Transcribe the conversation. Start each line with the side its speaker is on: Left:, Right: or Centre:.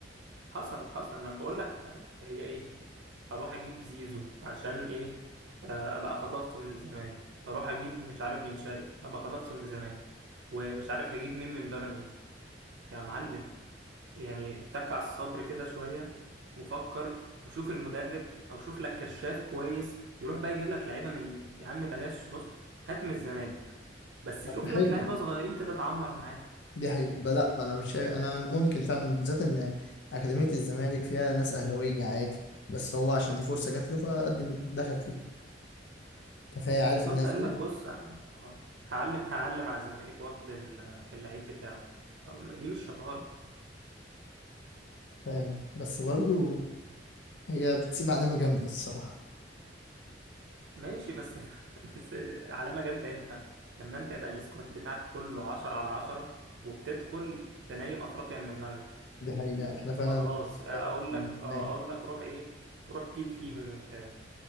Right: حصل حصل ما انا بقول لك آه، هي ايه هروح اجيب زيزو عشان ايه آه، ابقى خطفته من الزمالك هروح اجيب مش عارف بن شرقي ابقى خطفته من الزمالك ومش عارف هجيب مين من بيراميدز يا معلم يعني اتك على الصبر كده شوية وفكر وشوف المدرب أو شوف لك كشاف كويس يروح بقى يجيب لك لعيبة من ال- يا عم بلاش بص هات من الزمالك بس
Left: طب
Right: شوف
Left: حلو
Right: لك لعيبة صغيرين كده اتعمر معاه
Left: دي حقيقه بقى لا ما انا مش شايف انا ممكن فعلا بالذات ان اكاديميه الزمالك فيها ناس اهلاويه عادي بس هو عشان دي فرصه جات له فقدم دخل فيها أنت فهي عارف
Right: بالظبط
Left: الناس
Right: قال
Left: دي
Right: لك بص آه، آه، هعلم هعلم على الزمالك واخد ال- اللعيب بتاعه دي مش شطارة
Left: فاهم بس برضو هي بتسيب علامه جامده الصراحه
Right: ماشي بس <laughs> بس علامة جامدة امتى لما انت يبقى السكواد بتاعك كله 10 على 10 وبتدخل تنايم أفريقيا من المغرب
Left: دي حقيقه احنا فعلا
Right: فخلاص
Left: السكواد
Right: آه، اقول
Left: بتاعنا
Right: لك اه
Left: مات.
Right: اقول لك روح ايه روح كيد فيهم وبتاع